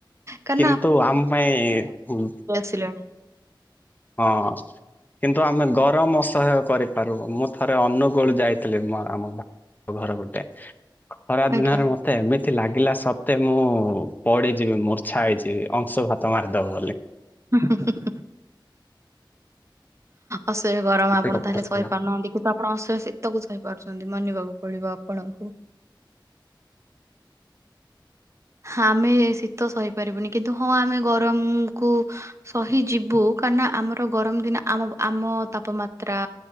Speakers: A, on the right; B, on the left.
A: କାରଣ
B: କିନ୍ତୁ ଆମ ପାଇଁ ହୁଁ।
A: ସିଲଣି
B: ହଁ। କିନ୍ତୁ ଆମେ ଗରମ ଅସହୟ କରିପାରୁ ମୁଁ ଥରେ ଅନୁଗୁଳ ଯାଇଥିଲି ଆମ ଭା ଘର ଗୋଟେ ଖରା
A: ଆଜ୍ଞା
B: ଦିନରେ ମ ତେ ଏମିତି ଲାଗିଲା ସତେ ମୁଁ ପଡିଯିବି ମୂର୍ଚ୍ଛା ହେଇଯିବି ଅଂଶୁଘାତ ମାରିଦବ ବୋଲି।
A: ହୁଁ ହୁଁ ହୁଁ। ଅସହ୍ୟ ଗରମ
B: ଏତେ
A: ଆପଣ
B: କଥା
A: ତାହେଲେ
B: ଥିଲା
A: ସହିପାରୁନାହାନ୍ତି। ଆପଣ ଅସହାୟ ଶୀତକୁ ସାଇପାରୁଛନ୍ତି ମାନିବାକୁ ପଡିବ ଆପଣଙ୍କୁ। ଆମେ ଶୀତ ସହିପାରିବୁନି କିନ୍ତୁ ହଁ ଆମେ ଗରମକୁୁ ସହି ଯିବୁ କାହିଁନା ଆମର ଗରମ ଦିନ ଆମ ଆମ ତାପମାତ୍ରା